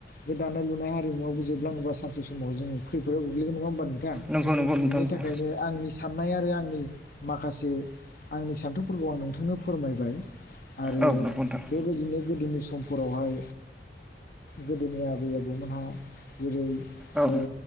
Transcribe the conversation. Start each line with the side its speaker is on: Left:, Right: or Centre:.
Left: बे दानाय लुनाय हरिमुआबो जोबलाङोबा सानसे समाव जों खैफोाव गोग्लैगोन नङा होमबा नों बिनि
Centre: नंगौ नंगौ नोंथां नंगौ
Left: थाखायनो आंनि साननाय आरो आंनि माखासे आंनि सान्थौफोरखौ आं नोंथांनो फोरमायबाय आरो
Centre: औ नंगौ नोंथां
Left: बेबायदिनो गोदोनि स मफोरावहाय गोदोनि आबै आबौमोनहा जेरै- ओ
Centre: औ नंगौ नोंथां